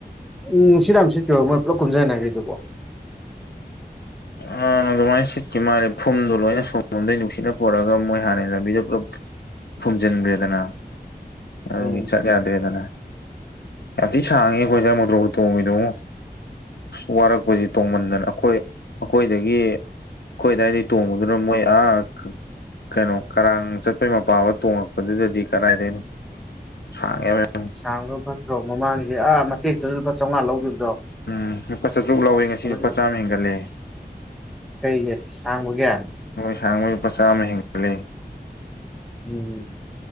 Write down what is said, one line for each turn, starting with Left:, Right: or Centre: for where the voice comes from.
Centre: ꯎꯝ ꯅꯨꯡꯁꯤꯠ ꯌꯥꯝ ꯁꯤꯠꯈꯩꯕꯔ ꯃꯣꯏ ꯄꯨꯂꯞ ꯀꯨꯝꯁꯤꯟꯅꯈꯔꯤꯗꯨꯕꯨ <unintelligible>
Left: ꯑꯥ ꯑꯗꯨꯃꯥꯏꯅ ꯁꯤꯠꯀꯤ ꯃꯥꯜꯂꯦ ꯐꯨꯝꯗꯣ ꯂꯣꯏꯅ ꯁꯨꯝꯂꫭꯝꯗꯩ ꯅꯨꯡꯁꯤꯠꯅ ꯄꯨꯔꯛꯑꯒ ꯃꯣꯏ ꯍꯥꯟꯅ ꯂꯝꯕꯤꯗꯣ ꯄꯨꯂꯞ ꯐꯨꯝꯖꯤꯟꯈ꯭ꯔꯦꯗꯅ ꯑꯗꯨꯒꯤ
Centre: ꯎꯝ
Left: ꯆꯠꯌꯥ ꯗꯦꯗꯅ ꯌꯥꯝ ꯊꯤ ꯁꯥꯡꯉꯦ ꯑꯩꯈꯣꯏꯁ ꯃꫭꯇꫭꯔ ꯕꫭꯔꯠ ꯇꯣꯡꯉꯤꯗꫭꯉꫭ ꯑꯁ ꯋꯥꯔꯛꯄꯁꯤ ꯇꯣꯡꯃꯟꯗꯅ ꯑꯩꯈꯣꯏ ꯑꯩꯈꯣꯏꯗꯒꯤ ꯑꯩꯈꯣꯏ ꯑꯗꯨꯗꯥꯏꯗꯒꯤ ꯇꯣꯡꯕꯗꯨꯅ ꯃꯣꯏ ꯑꯥ ꯀꯩꯅꯣ ꯀꯔꯥꯡ ꯆꯠꯄꯩ ꯃꯄꯥ ꯐꯥꯎ ꯇꯣꯡꯉꯛꯄꯗꯨꯗꯗꯤ ꯀꯗꯥꯏꯗꯤꯏꯅꯣ ꯁꯥꯡꯉꯦꯕ ꯌꯥꯝ
Centre: ꯁꯥꯡꯕ ꯐꯠꯇ꯭ꯔꯣ ꯃꯃꯥꯡꯒꯤ ꯑꯥ ꯃꯇꯦꯛꯇ ꯂꯨꯄꯥ ꯆꯥꯝꯃꯉꯥ ꯂꯧꯈꯤꯕꯗꫭ
Left: ꯎꯝ ꯂꯨꯄꯥ ꯆꯥꯇ꯭ꯔꯨꯛ ꯂꯧꯋꯦ ꯉꯁꯤ
Centre: ꯑꯗꯨꯝ
Left: ꯂꯨꯄꯥ ꯆꯥꯝꯃ ꯍꯦꯟꯒꯠꯂꯦ
Centre: ꯀꯩꯒꯤ ꯁꯥꯡꯕꯒꯤ
Left: ꯃꯣꯏ ꯁꯥꯡꯕꯩ ꯂꯨꯄꯥ ꯆꯥꯝꯃ ꯍꯦꯟꯒꯠꯂꯦ
Centre: ꯎꯝ